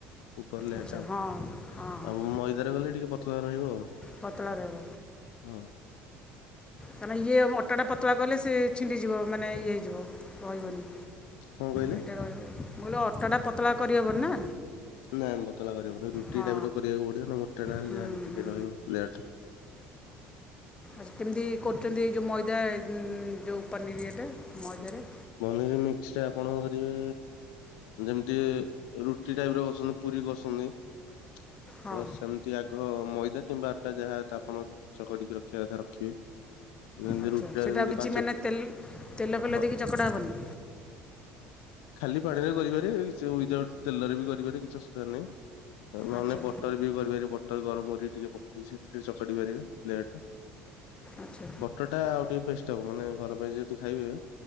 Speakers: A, on the left; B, on the left.
A: କଲେ
B: ଆଚ୍ଛା
A: ଏଟା ଆଉ-
B: ହଁ ହଁ ହଁ
A: ଆଉ ମଇଦାରେ କଲେ ଟିକେ ପତଲା ରହିବ ଆଉ।
B: ପତଳା ରହିବ
A: ହଁ।
B: ତା ମାନେ ଇଏ ଅଟାଟା ପତଳା କଲେ ସେ ଛିଣ୍ଡିଯିବ ମାନେ ଇଏ ହେଇଯିବ ରହିବନି।
A: କଣ କହିଲେ?
B: ଏଇଟା ମୁଁ କହିଲି ଅଟାଟା ପତଳା କରି ହେବନି ନା।
A: ନାଇଁ ପତଲା କରିହବନି ରୁଟି
B: ହଁ
A: ଟାଇପ୍ର କରିବାକୁ ପଡିବ ନ ହେଲେ ଅଟାଟା
B: ହୁଁ
A: ନିହାତି ଟିକେ
B: ହୁଁ
A: ରହିବ <unintelligible>
B: ଆକୁ କେମିତି କରୁଚନ୍ତି ଏ ଯେଉଁ ମଇଦା ଯେଉଁ ପନିର୍ ଇଏଟା, ମଇଦାରେ?
A: ପନିର୍ ମିକ୍ସଟା ଆପଣ କରିବେ ଯେମିତି ରୁଟି ଟାଇପ୍ର କରୁଚନ୍ତି ପୁରୀ କରଛନ୍ତି। ତ
B: ହଁ
A: ସେମିତି ସେ ଆଗ ମଇଦା କିମ୍ବା ଆଟା ଯାହା ତାକୁ ଚକଟିକି ରଖିବା କଥା ରଖିବେ। ଯେମିତି
B: ଆଚ୍ଛା।
A: ରୁଟିଟା
B: ସେଇଟା
A: ଯେମିତି
B: ଆଉ କିଛି
A: ପାଞ୍ଚ
B: ମାନେ ତେଲ୍ ତେଲ ଫେଲ
A: ହଁ
B: ଦେଇକି ଚକଡ଼ା ହବନି।
A: ଖାଲି ପାଣିରେ କରିପାରିବେ ଏଇ ଉଇଦାଉଟ୍ ତେଲରେ ବି କରିବାରେ କିଛି ଅସୁବିଧା ନାହିଁ। ନ ହେଲେ
B: ଆଚ୍ଛା
A: ନାଇଁ ବଟର୍ ବି କରିପାରିବେ। ବଟର ଗରମ କରିକି ଟିକେ ପକେଇକି ସେଥିରେ ଚକଟି ପାରିବେ ଡାଇରେକ୍ଟ୍।
B: ଆଚ୍ଛା
A: ବଟରଟା ଆଉ ଟିକେ ପେଷ୍ଟ ହବ ମାନେ ଘର ପାଇଁ ଯେହେତୁ ଖାଇବେ।